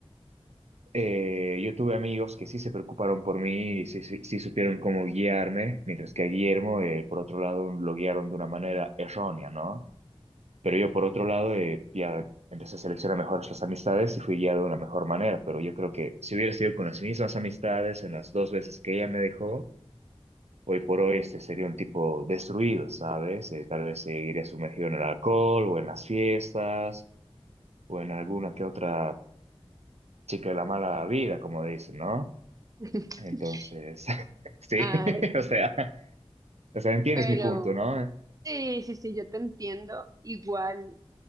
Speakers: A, on the right; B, on the right.
A: eh, yo tuve amigos que sí se preocuparon por mí y sí, sí- sí supieron cómo guiarme, mientras que a Guillermo, eh, por otro lado, lo guiaron de una manera errónea, ¿no? Pero yo, por otro lado, eh, ya empecé a seleccionar mejor las amistades y fui guiado de una mejor manera. Pero yo creo que si hubiera sido con las mismas amistades en las dos veces que ella me dejó, hoy por hoy este sería un tipo destruido, ¿sabes? Eh, tal vez seguiría sumergido en el alcohol o en las fiestas o en alguna que otra chica de la mala vida, como dicen, ¿no?
B: <laughs>
A: Entonces, <laughs> sí,
B: Ay,
A: <laughs> o sea, o sea, entiendes
B: pero
A: mi punto, ¿no?
B: sí, sí, sí, yo te entiendo. Igual